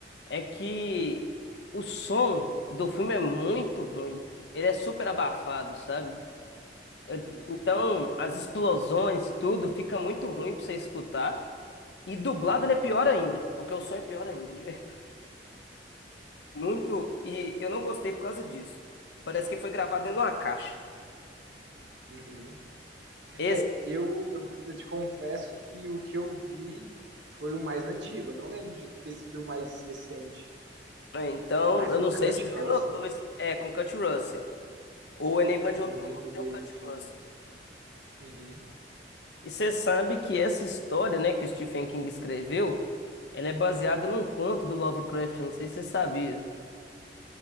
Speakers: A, on the left; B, on the right.
A: É que o som do filme é muito ruim. Ele é super abafado, sabe? Eh,
B: hum,
A: Então, as explosões, tudo fica muito ruim pra você escutar. E dublado
B: uhum,
A: ele é pior ainda, porque o som é pior ainda, de verdade. Muito, e eu não gostei por causa disso. Parece que foi gravado dentro de uma caixa.
B: uhum.
A: Esse,
B: É, eu, eu, eu te confesso que o que eu vi foi o mais antigo. Eu não lembro de ter sido o mais recente.
A: é, então,
B: Mas
A: eu
B: o
A: não
B: Kurt
A: sei se você
B: Russell?
A: notou esse, é com Kurt Russell. O Enigma
B: Ai,
A: de
B: não
A: Outro
B: lembro
A: Mundo tem
B: dele
A: o Kurt
B: no filme.
A: Russell.
B: Uhum.
A: E você sabe que essa história, né, que o Stephen King escreveu, ela é baseada num conto do Lovecraft, eu não sei se você sabia.